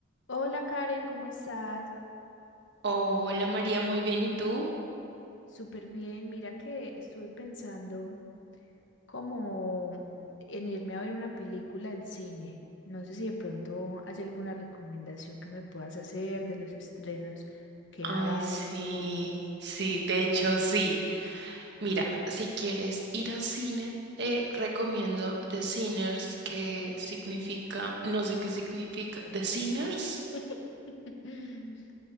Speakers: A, on the left; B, on the right.
A: Hola Karen, ¿cómo estás?
B: Hola María, muy bien, ¿y tú?
A: Súper bien. Mira que estuve pensando como en irme a ver una película al cine. No sé si de pronto hay alguna recomendación que me puedas hacer de los estrenos que
B: Ay,
A: hay.
B: sí, sí, de hecho sí. Mira, si quieres ir al cine, te recomiendo The Sinners, que significa, no sé qué significa, The Sinners,
A: <laughs>